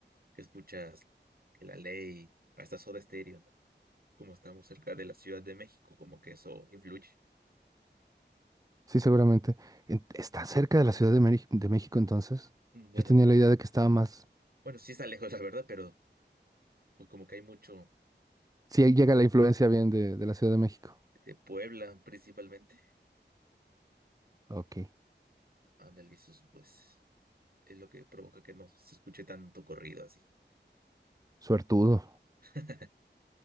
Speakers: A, on the right; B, on the right.
A: que escuchas que la ley, hasta Soda Stereo, ¿no? Como estamos cerca de la Ciudad de México, como que eso influye.
B: Sí, seguramente. En- ¿Está cerca de la Ciudad de, Meri- de México entonces?
A: Bueno,
B: Yo tenía la idea de que estaba más...
A: Bueno, sí está lejos, la verdad, pero pues como que hay mucho
B: Sí, ahí llega la influencia bien de, de la Ciudad de México.
A: de Puebla principalmente.
B: Ok.
A: Ándale, eso es, pues es lo que provoca que no se escuche tanto corrido así.
B: Suertudo.
A: <laughs>